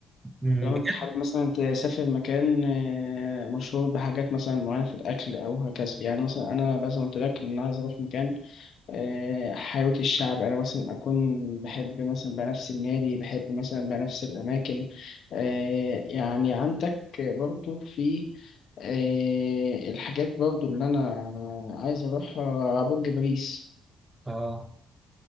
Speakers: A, on the right; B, on the left.
A: أمم،
B: طالما
A: بجد
B: أنت حابب مثلا تسافر مكان آه، مشهور بحاجات مثلا معينة في الأكل أو هكذا يعني مثلا أنا مثلا قلت لك إن أنا عايز أروح مكان آه، حياة الشعب أنا مثلا أكون بحب مثلا بنفس النادي بحب مثلا بنفس الأماكن آه، يعني عندك برضو في آه، الحاجات برضو اللي أنا عايز أروحها برج باريس
A: اه